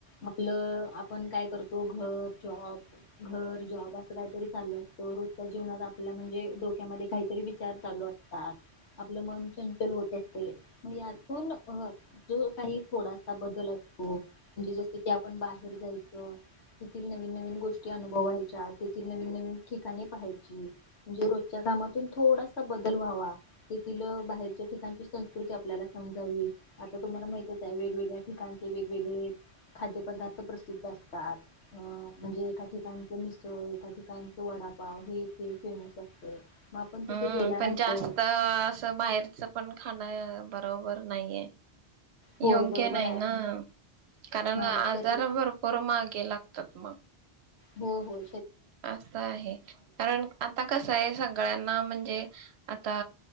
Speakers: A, on the left; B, on the right.
A: आपलं आपण काय करतो घर जॉब, घर जॉब, अस काहीतरी चालू असत रोजच्या जीवनात आपल्या म्हणजे डोक्यामध्ये काहीतरी विचार चालू असतात. आपलं मन चचल होत. यातून जो काही थोडासा बदल असतो म्हणजे जस की आपण बाहेर जायचं तेथील नवीन-नवीन गोष्टी अनुभवायच्या तेथील नवीन-नवीन ठिकाणे पाहायची, म्हणजे रोजच्या कामातून थोडासा बदल व्हावा तेथील बाहेरच्या ठिकाण. संस्कृती आपल्याला समजावी आता तुम्हाला माहितच आहे वेगवेगळ्या ठिकाणचे वेगवेगळे खाद्य पदार्थ प्रसिद्ध असतात. अ म्हणजे एका ठिकाणचे मिसळ एका ठिकाणचे वडापाव हे तेे फेमस असते. मग आपण तिथे
B: हम्म
A: गेल्यानंतर
B: पण जास्त अस बाहेरच पण खाण बरोबर नाही आहे.
A: होय
B: योग्य
A: बरोबर
B: नाही
A: आहे
B: ना. कारण
A: हा
B: आजार
A: शरीर
B: भरपूर मागे लाग तत मग.
A: हो हो.
B: अस आहे कारण आता कस आहे सगळ्यांना म्हणजे आता